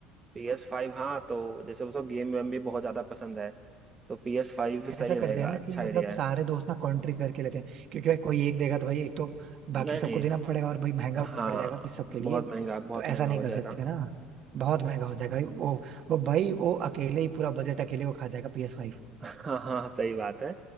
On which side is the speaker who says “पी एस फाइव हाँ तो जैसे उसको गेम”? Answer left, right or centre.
Right